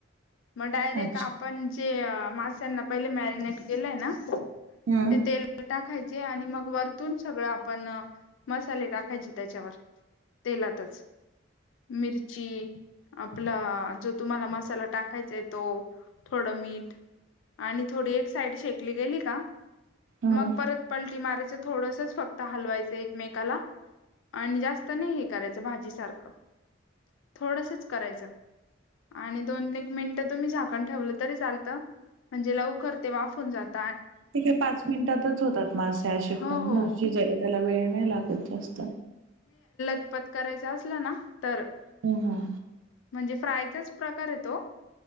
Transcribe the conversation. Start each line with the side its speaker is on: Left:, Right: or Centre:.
Left: मग डायरेक्ट
Right: अच्छा
Left: आपण जे माश्यांना पहिले मॅरिनेट केलंय ना,
Right: हम्म
Left: ते तेल टाकाायच. आणि मग वरतून सगळ आपण मसाले टाकायचे त्याच्यावर. तेलातच मिरची, आपला जो तुम्हाला मसाला टाकायचाय तो थोडं मीठ आणि थोडी एक साईड शेकली गेली का
Right: हम्म
Left: मग परत पलटी माराय थोडस फक्त हलवायचं एकमेकाला आणि जास्त नाही हे करायचं भाजी सारखं थोडसच करायचं. आणि दोन एक मिनिटं तुम्ही झाकण ठेवलं तरी चालतं म्हणजे लवकरते वाफून जाते
Right: ते का पाच मिनिटातच होतात. मासेशे
Left: हो
Right: पण्ना
Left: हो
Right: शिजायला त्याला वेळ नाही लागत जास्त.
Left: झटपट करायच असलं णा तर,
Right: हम्म हम्म
Left: म्हणजे फ्राय प्रकार आहे तो